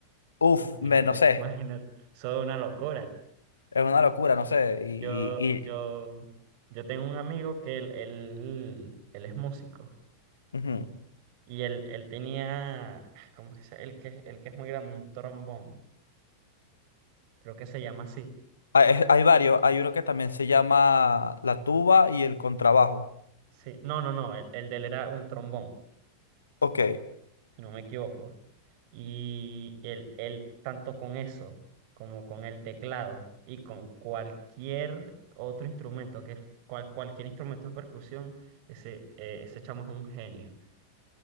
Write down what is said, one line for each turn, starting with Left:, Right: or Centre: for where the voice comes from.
Left: Uf,
Right: Imagínate,
Left: me, no sé.
Right: <laughs> imagínate, eso es una locura.
Left: Es una locura, no sé. Y,
Right: Yo,
Left: y,
Right: yo, yo tengo un amigo que él, él él es músico.
Left: y- ujú.
Right: Y él, él tenía, ah, ¿cómo que se? El que, el que es muy grande, un trombón. Creo que se llama así.
Left: Hay, es- hay varios. Hay uno que también se llama la tuba y el contrabajo.
Right: Sí. No, no, no. El, el de él era un trombón,
Left: Ok.
Right: si no me equivoco. Y él, él, tanto con eso, como con el teclado y con cualquier otro instrumento, que es cual- cualquier instrumento de percusión, ese, eh, ese chamo es un genio.